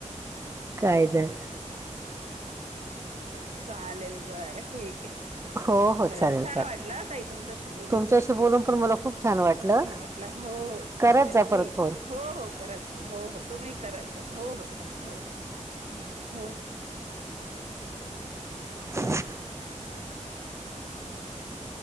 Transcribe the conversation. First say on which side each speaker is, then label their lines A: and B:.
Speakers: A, on the right (about 20°); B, on the right (about 60°).
A: कायचं.
B: चालेलं बरं. ठीक आहे,
A: हो हो
B: चालेलं,
A: चालेल
B: छान
A: चालेल
B: वाटलं ताई तुमच्याशी बोलून
A: तुमच्याशी बोलून पण मला खूप छान वाटलं.
B: छान वाटलं हो हो
A: करत
B: चालेल
A: जा परत
B: ठीक,
A: फोन
B: हो हो करा चालेल, हो हो तुम्ही कराच, हो हो चालेल, हो हो. हो हो.
A: <inaudible>